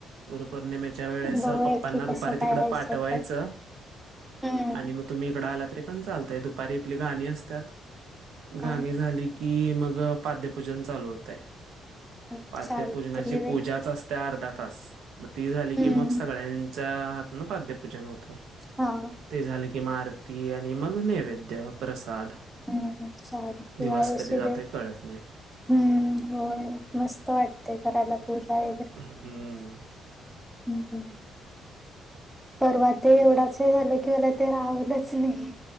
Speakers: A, on the right (about 80°); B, in the centre.
A: गुरुपौर्णिमेच्या वेळेस
B: बघूया
A: पप्पांना
B: की
A: दुपारी
B: कसं काय
A: तिकडं
B: हायस
A: पाठवायचं
B: होतंय हम्म
A: आणि मग तुम्ही इकडं आला तरी पण चालतय दुपारी आपली गाणी असतात गाणी
B: हा.
A: झाली की मग पाद्यपूजन चालू होतय
B: चालतंय
A: पाद्यपूजनाची
B: वेट
A: पूजाच असते त्या अर्धा तास ती झाली
B: हम्म
A: की मग सगळ्यांच्या हात ना पाद्यपूजन होतं
B: हा
A: ते झाले की मरुती आणि मग नैवेद्य प्रसाद
B: हम ले त
A: दिवस
B: यारस
A: कधी
B: रेट
A: जातोय कळत नाही
B: हम्म होय मस्त वाटतेय करायला पूजा वगैरे
A: हम्म
B: ह् परवा ते एवढाच झालं कि मला ते रावलंच नाही